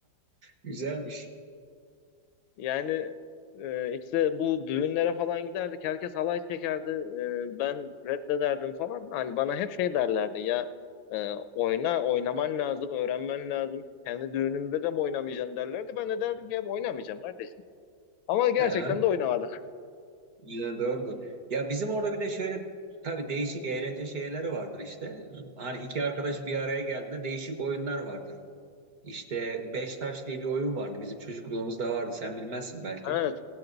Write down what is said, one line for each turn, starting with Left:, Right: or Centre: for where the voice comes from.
Right: <laughs> Güzelmiş.
Left: Yani e, işte bu düğünlere falan giderdik. Herkes halay çekerdi. Ee, ben reddederdim falan. Hani bana hep şey derlerdi ya e, oyna, oynaman lazım, öğrenmen lazım. Kendi düğününde de mi oynamayacaksın derlerdi. Ben de derdim ki hep oynamayacağım kardeşim. Ama gerçekten
Right: Aha.
Left: de oynamadım.
Right: Yine doğrudur. Ya bizim orada bir de şöyle tabii değişik eğlence şeyleri vardır işte. Hani iki arkadaş
Left: <laughs>
Right: bir araya geldiğinde değişik oyunlar vardır. İşte beş taş diye bir oyun vardı. Bizim çocukluğumuzda vardı. Sen bilmezsin belki.
Left: Evet.